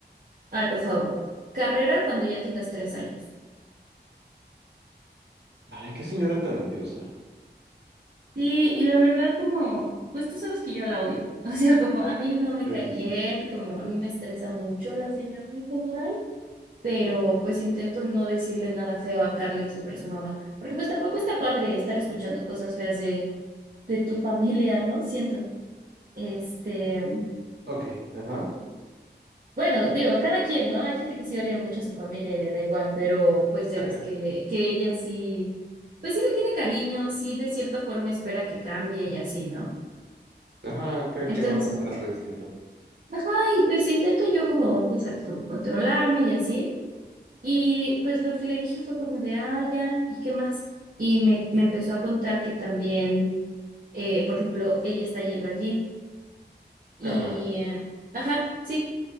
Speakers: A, on the right (about 50°); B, on the right (about 70°).
A: ay, por favor, carrera cuando ya tengas tres años.
B: Ay, qué señora tan odiosa.
A: Sí, y la verdad como, pues tú sabes que yo la odio. <laughs> O sea, como a mí no me
B: Sí,
A: cae
B: sí,
A: bien,
B: sí.
A: como a mí me estresa mucho la señora en general, pero pues intento no decirle nada feo a Carly sobre su mamá, porque pues tampoco está padre estar escuchando cosas feas de tu familia, ¿no? Siento. Este,
B: Ok, ajá.
A: bueno, digo, cada quien, ¿no? Hay gente que sí odia mucho a su familia y le da igual, pero pues ya
B: <laughs>
A: ves que, que ella sí, pues sí le tiene cariño, sí de cierta forma espera que cambie y así, ¿no?
B: Ajá, creo
A: Entonces,
B: que va a pasar algo distinto.
A: ajá, y pues intento yo como, ya sabes, como controlarme y así. Y pues lo que le dije fue como de, ah, ya, ¿y qué más? Y me, me empezó a contar que también, eh, por ejemplo, ella está yendo al gym. Y,
B: Carla,
A: eh, ajá, sí,